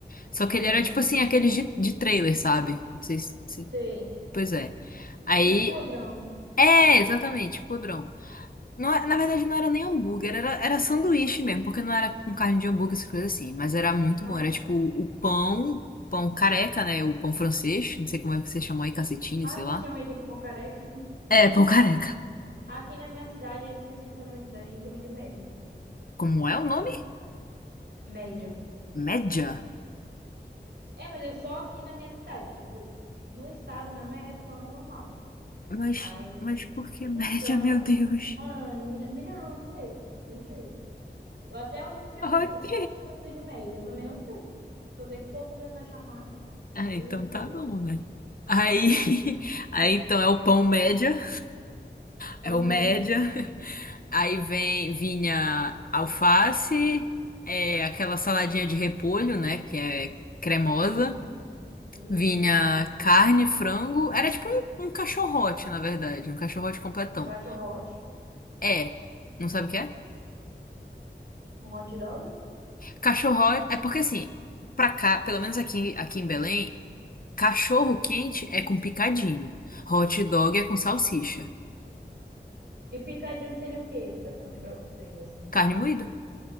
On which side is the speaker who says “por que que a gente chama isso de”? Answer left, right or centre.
Right